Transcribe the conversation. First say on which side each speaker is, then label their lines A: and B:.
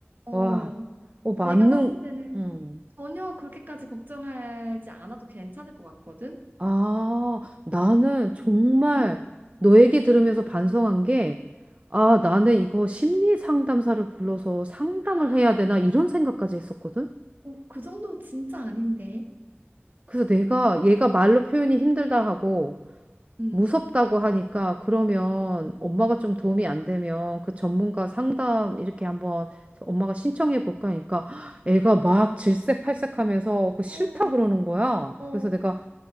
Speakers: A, on the right; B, on the right.
A: 어,
B: 와, 어, 맞는,
A: 내가 봤을 때는
B: 음.
A: 전혀 그렇게까지 걱정하지 않아도 괜찮을 것 같거든.
B: 아, 나는 정말
A: 음,
B: 너 얘기 들으면서 반성한 게, 아,
A: 음.
B: 나는 이거 심리 상담사를 불러서 상담을
A: 아,
B: 해야 되나 이런 생각까지 했었거든?
A: 어, 그 정도 진짜 아닌데.
B: 그래서 내가 얘가 말로 표현이 힘들다 하고,
A: 음.
B: 무섭다고 하니까 그러면 엄마가 좀 도움이 안 되면 그 전문가 상담 이렇게 한번 엄마가 신청해 볼까 하니까 애가 막 질색팔색하면서 그 싫다
A: 어,
B: 그러는 거야.
A: 어,
B: 그래서 내가